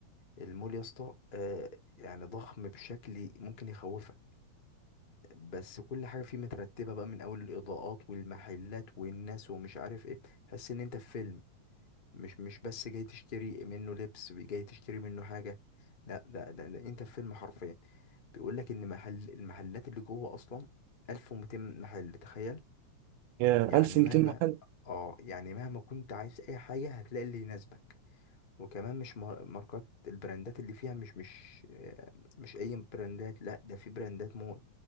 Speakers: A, on the left; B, on the right.
A: المول يا اسطى آه، يعني ضخم بشكل ممكن يخوفك بس كل حاجه فيه مترتبه بقى من اول الاضاءات والمحلات والناس ومش عارف ايه تحس ان انت في فيلم مش مش بس جاي تشتري منه لبس جاي تشتري منه حاجه لا ده ده, ده انت في فيلم حرفيا بيقول لك ان محل المحلات اللي جوه اصلا 1200 محل تخيل
B: يا
A: يعني
B: 1200
A: مهما
B: محل
A: اه يعني مهما كنت عايز اي حاجه هتلاقي اللي يناسبك وكمان مش مار- ماركات البراندات اللي فيها مش مش آه، مش اي براندات لا ده في براندات موت